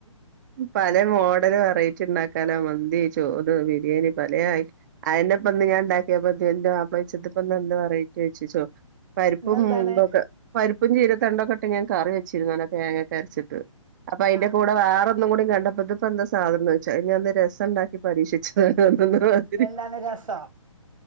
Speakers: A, on the right (about 35°); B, on the right (about 75°).
A: പല മോഡല് വെറൈറ്റിണ്ടാക്കാനോ മന്തി, ചോറ്, ബിരിയാണി പലേ അയ് അതന്നെപ്പന്ന് ഞാൻ ഇണ്ടാക്കിയപ്പ ഇന്റെ മാപ്പള ചോയ്ച് ത്പ്പന്ന് എന്ത് വെറൈറ്റി ചോയ്ച് ചോ പരിപ്പും
B: ഇന്നെന്താണ്
A: മുമ്പൊക്കെ പ്പും ചീരത്തണ്ടൊക്കെട്ട് ഞാൻ കറി വെച്ചിരുന്നു നല്ല തേങ്ങക്കെ അരച്ചിട്ട് അപ്പൊ അതിന്റെ
B: ആഹ്
A: കൂടെ വേറെ ഒന്നും കൂടി കണ്ടപ്പോ ഇത്പ്പോ എന്താ സാധനം എന്ന് ചോദിച്ചു അത് ഞാ ഇന്ന് രസം ഇണ്ടാക്കി പരീക്ഷിച്ചതാ <unintelligible>
B: എന്താണ് രസൊ?